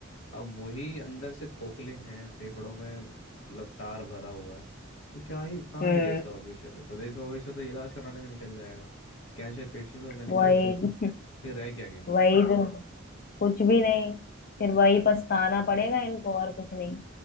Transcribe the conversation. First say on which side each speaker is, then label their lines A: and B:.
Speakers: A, on the left; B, on the left.
A: अब वही अंदर से खोखले हैं फेफड़ों में लपटार भरा हुआ है तो क्या ही कहाँ
B: हम्म
A: ही देश का भविष्य पे तो देश का भविष्य तो इलाज कराने में निकल जाएगा कैंसर पेशेंटों में निकल
B: वही
A: जाएगा
B: <laughs>
A: फिर रह क्या गया
B: वही तो कुछ भी नहीं फिर वही पछताना पड़ेगा इनको और कुछ नहीं